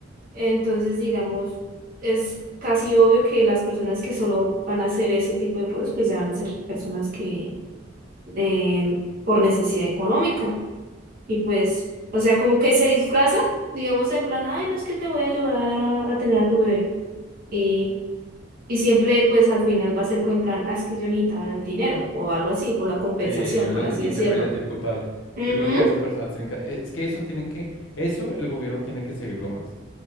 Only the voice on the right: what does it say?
Entonces, digamos, es casi obvio que las personas que solo van a hacer ese tipo de cosas, pues ya van a ser personas que eh, por necesidad económica. Y pues, o sea, como que se disfraza, digamos, en plan, ay, no es que te voy a ayudar a, a tener a tu bebé. Y, y siempre, pues al final va a ser como en plan, ah, es que yo necesitaba el dinero o algo así, o la compensación,
por
así
decirlo.
Ujú,